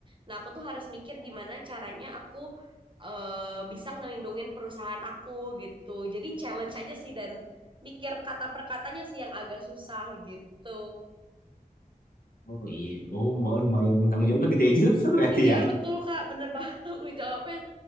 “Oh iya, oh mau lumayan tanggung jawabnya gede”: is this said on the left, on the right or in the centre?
Left